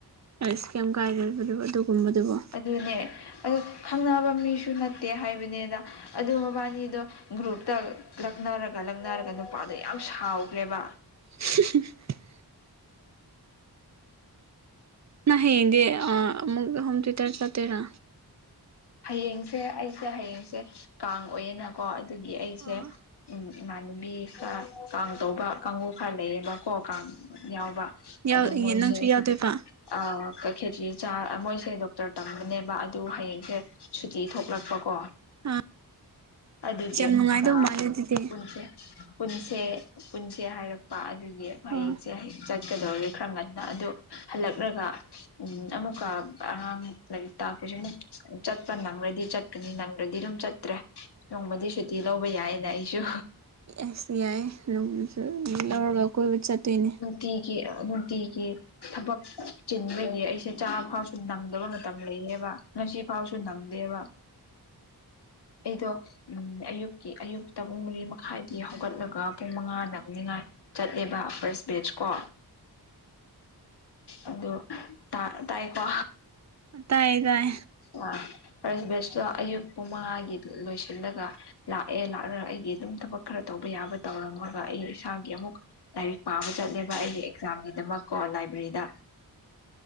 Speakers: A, on the right; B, on the left.
A: ꯑꯁ ꯀꯩꯝ ꯀꯥꯏꯗꯦꯕ ꯑꯗꯨꯒꯨꯝꯕꯗꯨꯕꯨ
B: ꯑꯗꯨꯅꯦ ꯑꯗꯨ ꯈꯪꯅꯕ ꯃꯤꯁꯨ ꯅꯠꯇꯦ ꯍꯥꯏꯕꯅꯤꯗ ꯑꯗꯨ ꯃꯕꯥꯅꯤꯗꯣ ꯒ꯭ꯔꯨꯞꯇ ꯂꯛꯅꯔꯒ ꯂꯛꯅꯔꯒ ꯅꯨꯄꯥꯗꯣ ꯌꯥꯝ ꯁꯥꯎꯈ꯭ꯔꯦꯕ
A: <inaudible> ꯅꯪ ꯍꯌꯦꯡꯗꯤ ꯑ ꯑꯃꯨꯛ ꯍꯣꯝ ꯇꯤꯎꯇꯔ ꯆꯠꯇꯣꯏꯔꯥ
B: ꯍꯌꯦꯡꯁꯦ ꯑꯩꯁꯦ ꯍꯌꯦꯡꯁꯦ ꯀꯥꯡ ꯑꯣꯏꯌꯦꯅꯀꯣ ꯑꯗꯨꯒꯤ ꯑꯩꯁꯦ
A: ꯑꯣ
B: ꯎꯝ ꯏꯃꯥꯟꯅꯕꯤ ꯈꯔ ꯀꯥꯡ ꯇꯧꯕ ꯀꯥꯡꯕꯨ ꯈꯔ ꯂꯩꯌꯦꯕꯀꯣ ꯀꯥꯡ ꯌꯥꯎꯕ
A: ꯌꯥꯎ
B: ꯑꯗꯨ ꯃꯣꯏꯁꯦ
A: ꯅꯪꯁꯨ ꯌꯥꯎꯗꯣꯏꯕ
B: ꯑꯥ ꯈꯦꯆ꯭ꯔꯤ ꯆꯥ ꯃꯣꯏꯁꯦ ꯗꯣꯛꯇꯔ ꯇꯝꯕꯅꯦꯕ ꯑꯗꯨ ꯍꯌꯦꯡꯁꯦ ꯁꯨꯇꯤ ꯊꯣꯛꯂꯛꯄꯀꯣ
A: ꯑꯥ
B: ꯑꯗꯨꯒꯤ
A: ꯌꯥꯝ ꯅꯨꯡꯉꯥꯏꯗꯧ
B: ꯑꯥ
A: ꯃꯥꯜꯂꯦ ꯑꯗꯨꯗꯤ
B: ꯄꯨꯟꯁꯦ ꯄꯨꯟꯁꯦ ꯄꯨꯟꯁꯦ ꯍꯥꯏꯔꯛꯄ ꯑꯗꯨꯒꯤ ꯍꯌꯦꯡꯁꯦ
A: ꯑꯣ
B: ꯆꯠꯀꯗꯧꯔꯦ ꯈꯔ ꯉꯟꯅ ꯑꯗꯨ ꯍꯜꯂꯛꯂꯒ ꯎꯝ ꯑꯃꯨꯛꯀꯥ ꯑꯉꯥꯡ ꯂꯥꯏꯔꯤꯛ ꯇꯥꯛꯄ ꯁꯤꯃꯨꯛ ꯆꯠꯄ ꯅꯪꯔꯗꯤ ꯆꯠꯀꯅꯤ ꯅꯪꯗꯔꯗꯤ ꯑꯗꯨꯝ ꯆꯠꯇ꯭ꯔꯦ ꯅꯣꯡꯃꯗꯤ ꯁꯨꯇꯤ ꯂꯧꯕ ꯌꯥꯏꯌꯦꯅ ꯑꯩꯁꯨ
A: ꯑꯁ ꯌꯥꯏ ꯅꯣꯡꯁꯨ ꯂꯧꯔꯒ ꯀꯣꯏꯕ ꯆꯠꯇꯣꯏꯅꯦ
B: ꯇꯤꯒꯤ ꯑꯃꯨꯛ ꯇꯤꯒꯤ ꯊꯕꯛ ꯆꯤꯟꯕꯒꯤ ꯑꯩꯁꯦ ꯆꯥ ꯐꯥꯎꯁꯨ ꯅꯪꯗꯕ ꯃꯇꯝ ꯂꯩꯌꯦꯕ ꯉꯁꯤ ꯐꯥꯎꯁꯨ ꯅꯪꯗꯦꯕ ꯑꯩꯗꯣ ꯎꯝ ꯑꯌꯨꯛꯀꯤ ꯑꯌꯨꯛꯇ ꯄꯨꯡ ꯃꯔꯤ ꯃꯈꯥꯏꯗꯤ ꯍꯧꯒꯠꯂꯒ ꯄꯨꯡ ꯃꯉꯥ
A: ꯑ
B: ꯅꯪꯅꯤꯡꯉꯥꯏ ꯆꯠꯂꯦꯕ ꯐꯥꯔ꯭ꯁ ꯕꯦꯠꯆ ꯀꯣ ꯑꯗꯨ ꯇꯥ ꯇꯥꯏ ꯀꯣ
A: ꯇꯥꯏ ꯇꯥꯏ
B: ꯑꯥ ꯐꯥꯔ꯭ꯁ ꯕꯦꯁꯇꯣ ꯑꯌꯨꯛ ꯄꯨꯡ ꯃꯉꯥꯒꯤ ꯂꯣꯏꯁꯤꯜꯂꯒ ꯂꯥꯛꯑꯦ ꯂꯥꯛꯔꯒ ꯑꯩꯒꯤ ꯑꯗꯨꯝ ꯊꯕꯛ ꯈꯔ ꯇꯧꯕ ꯌꯥꯕ ꯇꯧꯔꯝꯃꯒ ꯑꯩ ꯏꯁꯥꯒꯤ ꯑꯃꯨꯛ ꯂꯥꯏꯔꯤꯛ ꯄꯥꯕ ꯆꯠꯂꯦꯕ ꯑꯩꯒꯤ ꯑꯦꯛꯖꯥꯝꯒꯤꯗꯃꯛ ꯀꯣ ꯂꯥꯏꯕ꯭ꯔꯦꯔꯤꯗ